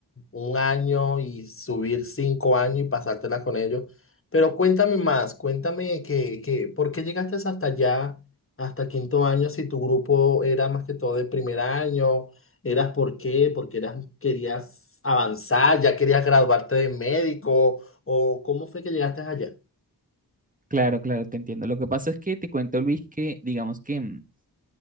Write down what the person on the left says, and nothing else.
un año y subir cinco años y pasártela con ellos. Pero cuéntame más, cuéntame que, que, ¿por qué llegaste hasta allá, hasta quinto año, si tu grupo era más que todo de primer año? ¿Eras por qué? ¿Porque eras, querías avanzar, ya querías graduarte de médico? ¿O cómo fue que llegaste allá?